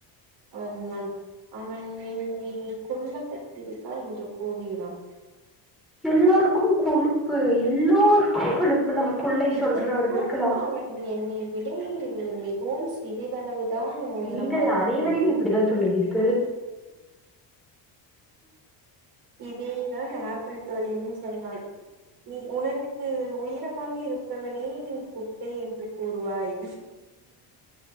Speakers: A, on the right; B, in the centre.
A: அவன் நான் அவன் என்னை குள்ள கத்திரிக்கா என்று கூறு கிறான்
B: எல்லாருக்கும் கொழுப்பு எல்லோருக்கும் கொழுப்பு நமக்குள்ளை
A: இதற்கும்
B: சொல்றவர்களுக்கெல்லாம்
A: அவன் என்னை விட மிகவும் சிறிதளவு தான் உயரமாய்
B: நீங்கள்
A: இருக்கணு
B: அனைவரையும் இப்படித்தான் சொல்வீர்கள்
A: இதேதான் ஆப்பிள் தோழியும் சொன்னாள் நீ உனருக்கு உயரமாக இருப்பவனே நீ குட்டை என்று கூறுவாய்